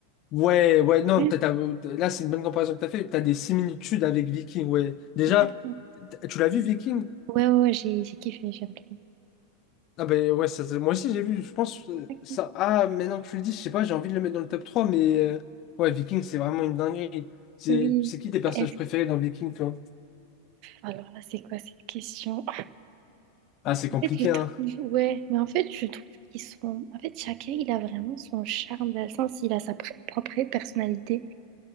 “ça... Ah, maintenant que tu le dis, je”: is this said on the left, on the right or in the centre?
Left